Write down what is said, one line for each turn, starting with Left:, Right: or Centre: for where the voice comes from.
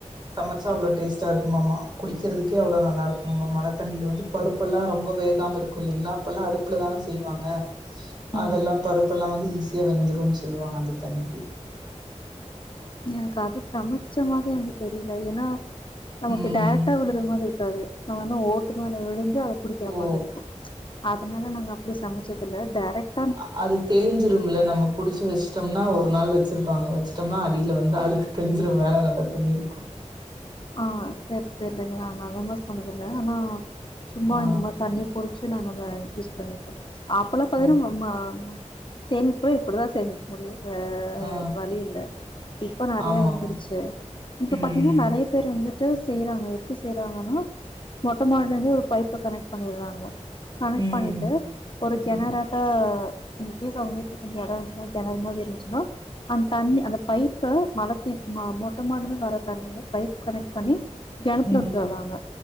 Right: சமச்சா அவ்ளோ டேஸ்ட்டாருக்குமாமா குடிக்கற்துக்கே அவ்ளோ நல்லாருக்குமாமா மழ தண்ணில வந்து பருப் ப்புல்லா ரொம்ப வேகாம இருக்கு இல்லிங்ளா அப்பெல்லா அடுப்ல தான செய்வாங்க
Left: ம்
Right: அதெல்லா பரு ப்புல்லா வந்து ஈஸியா வெந்துருன் சொல்வாங்க அது தண்ணிக்கி
Left: எனக் அது சமச்ச மாதி எனக்கு தெரில ஏனா நமக்கு
Right: ம்
Left: டேரெக்டா விழுற மாதி இருக்காது நம்ம என்ன ஓட்டு மேல விழுந்து அது புடிக்ற
Right: ஓ
Left: மாதிருக்கு அதனால நாங்க அப்டி சமச்சதில்ல டேரெக்
Right: ஆ அது தெளிஞ்சிரும்ல நம்ம புடிச் சு வெச்ட்டம்னா ஒர் நாள் வச்சிருப்பாங்க வச்ட்டம்னா அடில வந்து அழுக்கு தெளிஞ்சிரு மேல நல்ல தண்ணி இருக்கு
Left: ஆ தெ தெர்லங்க நாங்க அல்லா யூஸ் பண்ணதில்ல ஆனா சும்மா
Right: ஆ
Left: இந்த மா தண்ணி புடி ச்சு நாங்க அத யூஸ் பண்ணிருக்கோ அப்பல்லா பாத்திட்னா
Right: ஓ
Left: மம்மா சேமிப்புனா இப்டிதா சேமி முடியு வே
Right: ஆ
Left: வழி இல்ல இப்ப நறையா
Right: ஆமாம்
Left: வந்துருச்சு இப்ப
Right: ம்
Left: பாத்தீங்கன்னா நறையா பேர் வந்துட்டு செய்றாங்க எப்டி செய்றாங்கனா மொட்ட மாடிலந்தே ஒரு பைப்ப கனெக்ட் பண்ணிறாங்க கனெக்ட்
Right: ம்
Left: பண்ணிட்டு ஒரு
Right: ம்
Left: கெணற த்த இன் கேஸ் அவுங்க வீட்ல கொஞ்சொ எடோ இருன்ச்சுனா கெணறு மாரி இருன்ச்சுனா அந் தண்ணி அந்த பைப்ப மழ த ம மொட்ட மாடிலந்து வர தண்ணிய பைப் கனெக்ட் பண்ணி கெணத்ல
Right: ம்
Left: விட்டுறாங்க